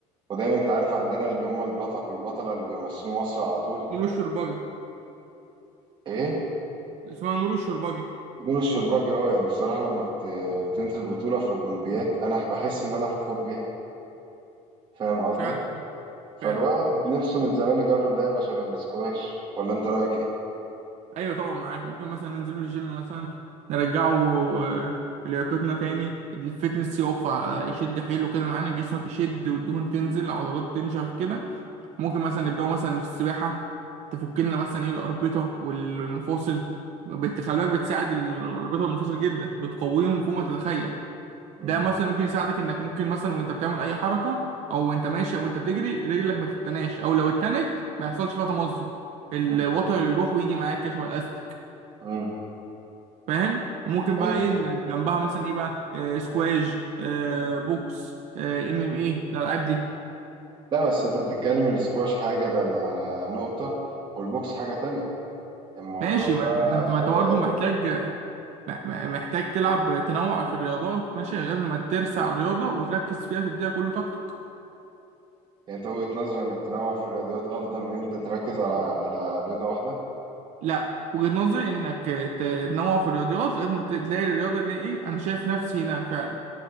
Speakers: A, on the right; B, on the right.
A: ودايما انت عارف عندنا اللي هم البطل والبطلة اللي بيمثلوا مصر على طول
B: نور الشرباجي
A: ايه
B: اسمها نور الشرباجي
A: نور الشرباجي اه يعني بصراحة لما بت... بتنزل بطولة في الاولمبيات انا بحس ان انا فخور بيها فاهم قصدي
B: فعلا
A: فالواحد
B: فعلا
A: نفسه من زمان يجرب لعبة شبه الاسكواش ولا انت رأيك ايه؟
B: ايوه طبعا معاك ممكن مثلا ننزله الجيم مثلا نرجعه آه، لياقتنا تاني الفتنس يقف ع- يشد حيله كده معانا جسمك يشد والدهون تنزل العضلات تنشف كده ممكن مثلا نبداو مثلا في السباحه تفك لنا مثلا ايه الاربطه والمفاصل بت- خلي بالك بتساعد الاربطه والمفاصل جدا بتقويهم فوق ما تتخيل
A: مم.
B: ده مثلا ممكن يساعدك انك ممكن مثلا وانت بتعمل اي حركه او وانت ماشي او انت بتجري رجلك ما تتناش او لو اتنت ما يحصلش فيها تمزق الوتر
A: مم.
B: يروح ويجي معاك كشبه الاستك
A: مم.
B: فاهم وممكن بقى
A: أيوة.
B: ايه إن جنبها مثلا ايه بقى آه سكواش آه بوكس آه، ام ام ايه الالعاب دي
A: لا بس انت بتتكلم الاسكواش حاجة ده, ده نقطة والبوكس حاجة تانية الموضوع
B: ماشي
A: ده
B: ما ما انت ما انت
A: هواية
B: برضه
A: يعني
B: محتاج ما- ما- محتاج تلعب تنوع في الرياضات ماشي غير ما ترسع رياضه وتركز فيها تديها كل طاقتك
A: انت وجهة نظري انك تنوع في الرياضيات افضل من انت تركز على على رياضة واحدة
B: لا وجهة نظري انك تنوع في الرياضيات لغايه ما تلاقي الرياضه اللي ايه انا شايف نفسي هنا فعلا